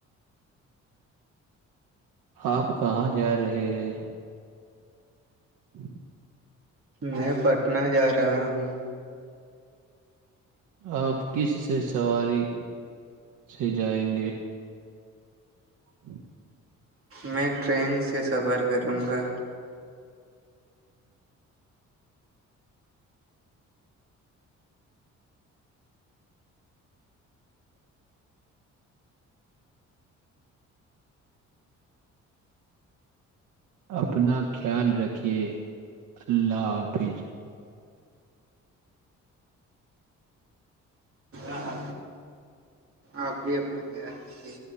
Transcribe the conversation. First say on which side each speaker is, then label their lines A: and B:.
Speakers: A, on the right (about 80°); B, on the right (about 50°).
A: آپ کہاں جا رہے ہیں ہ
B: میں پٹنہ جا رہا ہوں
A: آپ کس سے سواری سے جائیں گے ہ
B: میں ٹرین سے سفر کروں گا
A: اپنا خیال رکھیے اللہ حافظ
B: ا آ آپ بھی اپنا خیال رکھیے